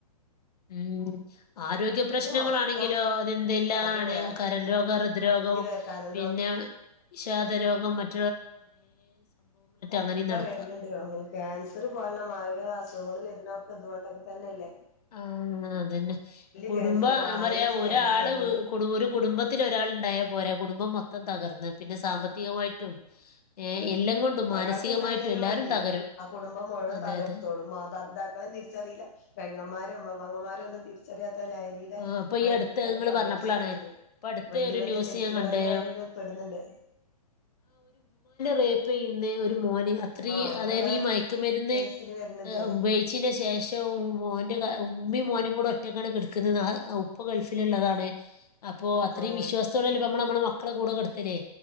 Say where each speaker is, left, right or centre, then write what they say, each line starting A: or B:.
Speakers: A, on the left (about 75°); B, on the left (about 25°).
A: ഉം ആരോഗ്യ പ്രശ്നങ്ങളാണെങ്കിലോ
B: മൊത്തം
A: അതെന്തെല്ലാണ്
B: അത് വേറെ
A: കരൾരോഗം ഹൃദ്രോഗം
B: ഇഞ്ഞി വേ കരൾ
A: പിന്നെ വിഷാദ രോഗം മറ്റും
B: ഒക്ക
A: അങ്ങനെയും നടക്കുക
B: വരണുണ്ട് ക്യാൻസറ് പോലുള്ള മാരക അസുഖ നമ്മള് വരുന്നോക്ക് ഇതോണ്ടൊക്കെ തന്നല്ലേ
A: ആ അതന്നെ കുടുംബ
B: ക്യാൻസർ വായല്
A: അവരെ ഒരാള്
B: ക്യാൻസർ
A: കുടു ഒരു കുടുംബത്തില് ഒരാളുണ്ടായാൽ പോരേ കുടുംബം മൊത്ത തകർന്ന് പിന്നെ സാമ്പത്തികമായിട്ടും ഏഹ്
B: പോയോ
A: എല്ലാം കൊണ്ടും
B: ഒരാൾക്ക്
A: മാനസികമായിട്ടും
B: ണ്ടായ തന്നെ
A: എല്ലാരും
B: മതി
A: തകരും.
B: ആ കുടുംബം മുഴുവൻ
A: അതെ
B: തകർത്തോളും
A: അതെ.
B: മാതാപിതാക്കളീം തിരിച്ചറീല്ല പെങ്ങൻ മ്മാരിം മ്മ പെങ്ങമ്മാരി ഒന്നും തിര്ച്ചറിയാ ത്ത ലഹരിയുടെ
A: ആഹ് അപ്പൊ
B: മയക്കത്തിലാണ്
A: ഈ അടുത്ത് ഇങ്ങള്
B: പകല്
A: പറഞ്ഞപ്പളാണ്
B: ചെയ്യുന്നത്
A: ഇപ്പൊ അടുത്ത്
B: വല്യ
A: ഒരു
B: വല്യ
A: ന്യൂസ്
B: തെറ്റുകളന്നെ
A: ഞാൻ കണ്ടേ
B: അവര് പെട്ന്ന്ണ്ട്
A: റേപ്പെയ്യുന്നേ ഒരു മോന് അത്രീ
B: അങ്ങനെയുള്ള
A: അതായത് ഈ മയക്കുമരുന്ന്
B: കേസില് വരുന്നത്
A: ഉപയോഗിച്ചീന്റെ ശേഷം മോന്റെ ഉമ്മീം മോനും കൂടെ ഒ റ്റക്കാണ് കട് <unintelligible> ക്ക്ണ് <unintelligible> ഉപ്പ ഗൾഫിലുള്ളതാണ് അപ്പൊ അത്രീം
B: ആഹ്
A: വിശ്വാസ്ത്തോടെല്ലേ നമ്മള് നമ്മളെ മക് മക്കളെ കൂടെ കെടുത്തല്ലേ